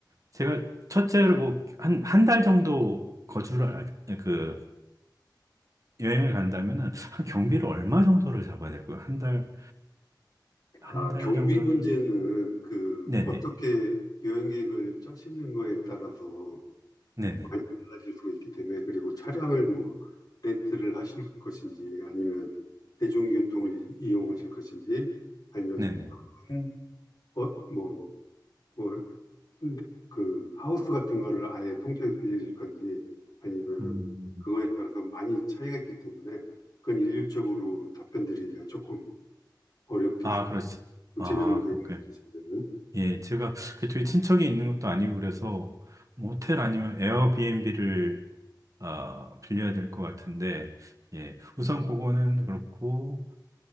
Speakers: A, on the right; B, on the left.
A: 제가 첫째로 뭐, 한, 한 달 정도 거주를, 할- 그, 여행을 간다면은 한 경비를 얼마 정도를 잡아야 될까요? 한 달,
B: 아,
A: 한 달
B: 경비
A: 정도는?
B: 문제는 그,
A: 네네,
B: 어떻게 여행 계획을 짜시는 거에 따라서
A: 네네,
B: 많이 달라질 수가 있기 때문에, 그리고 차량을 뭐, 렌트를 하실 것인지, 아니면 대중교통을 이- 이용하실 것인지, 아니면
A: 네네.
B: 음. 어, 뭐, 뭐, 그, 하우스 같은 거를 아예 통째로 빌려줄 건지, 아니면
A: 음.
B: 그거에 따라서 많이 차이가 있기 때문에, 그건 일률적으로 답변 드리기가 조금 어렵겠습니다.
A: 아, 그렇지.
B: 구체적인
A: 아,
B: 계획을
A: 그렇게.
B: 알기 전에는.
A: 예, 제가 그쪽에 친척이 있는 것도 아니고 그래서 모텔 아니면 에어비앤비를 아, 빌려야 될 것 같은데, 예, 우선 그거는 그렇고,